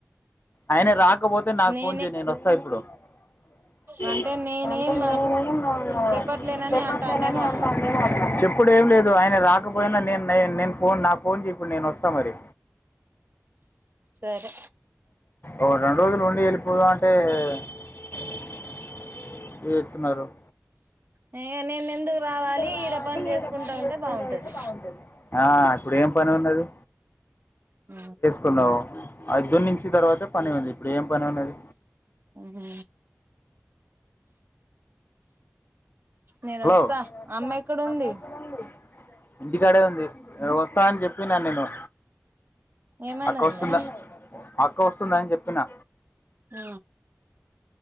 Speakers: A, on the left (about 50°); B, on the right (about 50°).
A: ఆయన రాకపోతే నాకు
B: నేనే
A: ఫోన్ <unintelligible> నేను వస్తా ఇప్పుడు <unintelligible>
B: అంటే నేనేం చెప్పట్లేనని అంటాండేమో అట్లా
A: చెప్పుడు ఏం లేదు ఆయన రాకపోయినా నేను నేను ఫోన్ నా ఫోన్ చెప్పుడు నేను వస్తా మరి
B: సరే
A: ఒ రెండు రోజులు ఉండి వెళ్ళిపోదా అంటే <unintelligible>
B: నేను ఎందుకు
A: నేను
B: రావలి
A: ముందు రావాలి
B: ఈడ పని చేసుకుంటా
A: పని
B: ఉంటే
A: చేసుకుంటూ
B: బాగుంటది
A: ఉంటే బాగుంటుంది ఆ ఇప్పుడు ఏం పని ఉన్నది
B: ఉ
A: న్నావు ఐదు నుంచి తర్వాతే పని ఉంది ఇప్పుడు ఏం పని ఉన్నది
B: ఉహు నేను
A: హలో
B: వస్తా
A: <unintelligible>
B: అమ్మ ఎక్కడుంది
A: ఉంది వస్తా అని చెప్పిన నేను
B: ఏమన్నది
A: అక్క వస్తుంద
B: మరి
A: అక్క వస్తుందని చెప్పినా
B: అ